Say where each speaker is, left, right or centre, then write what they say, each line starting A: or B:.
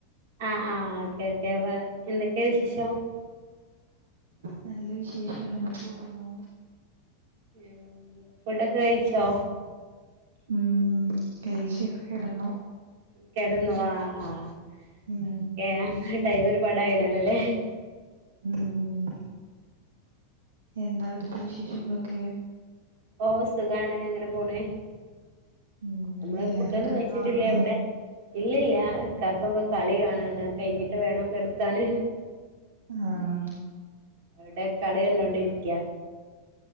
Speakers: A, on the right; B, on the right.
A: ആഹ് ആഹ് ഓക്കെ ഓക്കെ പ എന്തൊക്കെയാ വിശേഷം
B: നല്ല വിശേഷം അങ്ങനെ പോകുന്നു
A: ഉം ഫുഡൊക്കെ കഴിച്ചോ?
B: ഉം കഴിച്ച് കെടന്നു
A: കിടന്നു ആഹ് ആഹ്
B: ഉം
A: ഓക്കെ ടൈമ് ഒരുപാടായിണല്ലോല്ലേ
B: ഊം എന്താ അവിടുത്ത വിശേഷങ്ങളൊക്കെ?
A: ഓഹ് സുഖണ് അങ്ങനെ പോണ്
B: ഉം
A: നമ്മള്
B: എല്ലാരും
A: ഫുഡ് ഒന്നും
B: കിടന്നുറങ്ങിയോ
A: കഴച്ചിട്ടില്ലേ എവിടെ ഇല്ലല്ല ഇകാക്കൊക്കെ കളി കാണാണ് അത് കഴിഞ്ഞിട്ട് വേണം കെടക്കാന്
B: ആഹ്
A: അവിടെ കളി കണ്ടോണ്ടിരിക്ക